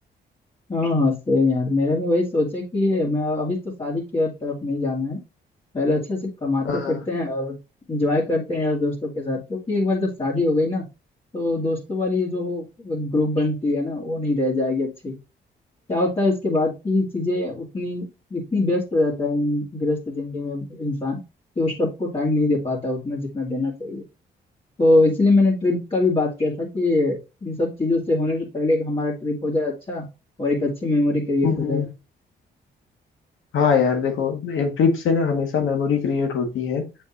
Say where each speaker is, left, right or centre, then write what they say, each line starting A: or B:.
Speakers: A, on the left (about 30°); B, on the left (about 80°).
A: हाँ हाँ सेम यार मेरा भी वही सोचे कि मैं अभी तो शादी की और तरफ नहीं जाना है पहले अच्छे से कमाते
B: हाँ
A: फिरते
B: हाँ
A: हैं और इंजॉय करते हैं यार दोस्तों के साथ क्योंकि एक बार जब शादी हो गई ना तो दोस्तों वाली ये जो ग्रुप बनती है ना वो नहीं रह जाएगी अच्छी क्या होता है उसके बाद की चीजें उतनी इतनी व्यस्त हो जाता है इन- गृहस्थ जिंदगी में इंसान कि उस सबको टाइम नहीं दे पाता उतना जितना देना चाहिए तो इसलिए मैंने ट्रिप का भी बात किया था कि इन सब चीजों से होने से पहले कि हमारा ट्रिप हो जाए अच्छा और एक अच्छी मेमोरी क्रिएट
B: हम्म,
A: हो जाए
B: हाँ यार देखो ट्रिप से ना हमेशा मेमोरी क्रिएट होती है